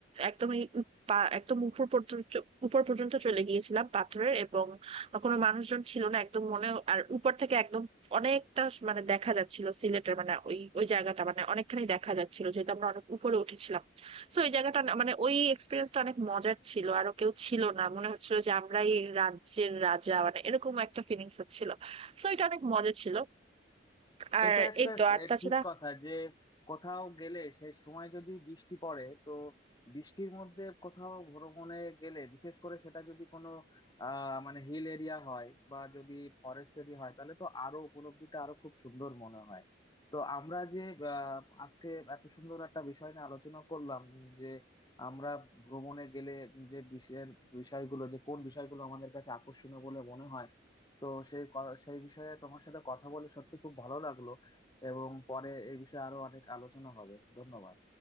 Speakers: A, on the right; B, on the left.
A: একদমই পা- একদম উপর পর্যন্ত উপর পর্যন্ত চলে গিয়েছিলাম পাথরের এবং কোনো মানুষজন ছিল না একদম মনে আর উপর থেকে একদম অনেকটা মানে দেখা যাচ্ছিল সিলেটের মানে ওই ওই জায়গাটা মানে অনেকখানি দেখা যাচ্ছিল যেহেতু আমরা অনেক উপরে উঠেছিলাম তো ওই জায়গাটা না- মানে ওই এক্সপিরিয়েন্সটা অনেক মজার ছিল আর কেউ ছিল না মনে হচ্ছিল যে আমরাই রাজ্যের রাজা মানে এরকম একটা ফিলিংস হচ্ছিল তো এটা অনেক মজা ছিল আর
B: এটা একটা
A: এই তো আর
B: এ,
A: তাছাড়া
B: ঠিক কথা যে কোথাও গেলে সেই সময় যদি বৃষ্টি পড়ে তো বৃষ্টির মধ্যে কোথাও ভ্রমণে গেলে বিশেষ করে সেটা যদি কোনো আহ মানে হিল এরিয়া হয় বা যদি ফরেস্ট এরিয়া হয় তাহলে তো আরো উপলব্ধিটা আরো খুব সুন্দর মনে হয় তো আমরা যে আহ, আজকে এত সুন্দর একটা বিষয় নিয়ে আলোচনা করলাম যে আমরা ভ্রমণে গেলে যে বিষয়ের বিষয়গুলো যে কোন বিষয়গুলো আমাদের কাছে আকর্ষণীয় বলে মনে হয় তো সেই ক- সেই বিষয়ে তোমার সাথে কথা বলে সত্যি খুব ভালো লাগলো এবং পরে এই বিষয়ে আরো অনেক আলোচনা হবে ধন্যবাদ